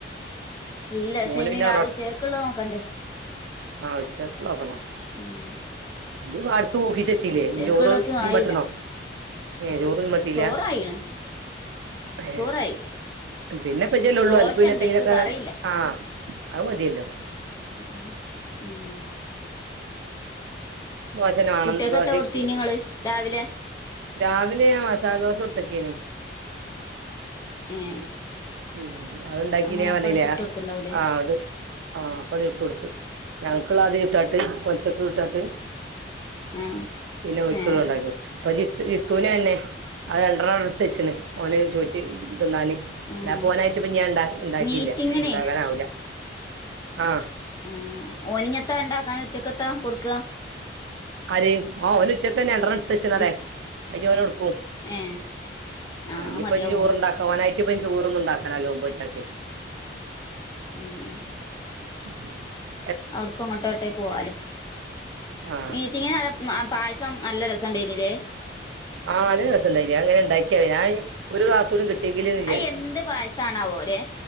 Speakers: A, on the left; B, on the right.
A: ഇല്ല പക്ഷെ
B: മോന്
A: ഇനി
B: പിന്നെ
A: രാ
B: തറവാട്ട്ക്ക്.
A: ഉച്ചക്കുള്ളത്
B: പോയിക്കാണ്
A: നോക്കണ്ടേ
B: ആ ഉച്ചക്ക് നോക്കണം
A: ഉം
B: ഓന് പാട്സ് കൂക്കിച്ചെച്ചിലെ
A: ഉച്ചക്കുള്ളതും
B: ഞ്ഞ് ചോറ് തീമ്പട്ടണം
A: ആയില്ല
B: ഏ ചോറ് തിന്ന്ട്ടില്ല
A: ചോറായിണ്
B: ഏ
A: ചോറായി
B: പിന്നെപ്പ ഇജ്ല്ലേള്ളൂ
A: ദോശ
B: അന്ക്കപ്പത്തേങ്കിലൊക്കെ
A: ഉണ്ട് അയ്ക്ക് കറിയില്ല
B: ആ ആ അത് മതിയല്ലോ
A: ഉം ഉം
B: ദോശന്നെ വേണം
A: കുട്ട്യാക്കത്താ
B: ദോശക്ക്
A: കൊടുത്തീനങ്ങള് രാവിലെ
B: രാവിലെ ഞാൻ മസാലദോശ ചുട്ടു ക്കേനി
A: ഏ
B: ഉ അത്ണ്ടാക്കി
A: അങ്ങനെ
B: ഇനാൻ
A: അപ്പാട്
B: വന്നില്ല
A: ചുട്ട് കൊടുത്തുണ്ടാവൂലേ
B: ആ ആ പണി ഇട്ട് കൊടുത്തു ഞങ്ങള്ക്കിള്ള അതിലിട്ടാട്ട് പൊല്ച്ചക്കുട്ടാട്ട്
A: ആഹ്
B: പിന്നെ ഓല്ക്ക്ള്ള
A: ഏഹ്
B: ഇണ്ടാക്കി കൊടുത്ത് പ്പജിത്ത് ജിത്തൂനന്നെ അത് രണ്ട്രറണം എടുത്തച്ച്ണ് ഓന് ചോറ്റി തിന്നാന്
A: ആഹ്
B: അല്ലാപ്പോനായിട്ട് ഇപ്പ ഞാൻ ഇണ്ടാ ഇണ്ടാക്കിയില്ല
A: മീറ്റിങ്ങിനെ
B: ഇണ്ടാക്കാനാവൂല്ല ആഹ
A: ഉം ഓനിഞ്ഞത്താ ഇണ്ടാക്കാന് ഉച്ചക്കെത്താ കൊടുക്കാ
B: ആര് ആ ഓന് ഉച്ചക്കന്നെ രണ്ട്രണം എടുത്തച്ച്ണാടേ
A: ജി
B: അയ് ഓന് കൊടുക്കും
A: ഏഹ് ആഹ്
B: ആ
A: അത്
B: ഞ്ഞ്പ്പയിന്
A: മതിയാവോ
B: ചോറ്ണ്ടാക്ക ഓനായിറ്റ്പ്പയ്ന് ചോറൊന്നു ഇണ്ടാക്കാനവൂല നോമ്പോറ്റാട്ടെ
A: ഉം.
B: ഉ <inaudible> <unintelligible>
A: അവിടുക്കും അങ്ങോട്ടോട്ടേ പോവാലോ
B: ആ
A: മീറ്റിങ്ങിനാ പായസം നല്ല രസംണ്ടേരില്ലേ.
B: ആ നല്ല രസണ്ട അങ്ങനെ ഉണ്ടാക്കിയ ഞാൻ ഒരു ഗ്ലാസോടി കിട്ടിയെങ്കില്ന്ന് വിചാരിച്ചു.
A: അത് എന്ത് പായസാണാവോലെ